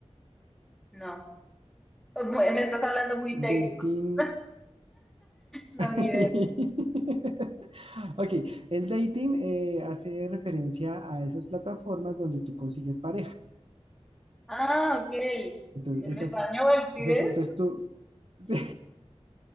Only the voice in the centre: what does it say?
No. Oh, Mu- Me estás hablando muy técnico.
<laughs> No,
ni idea.
Ah, ok. ¿En
español el pides?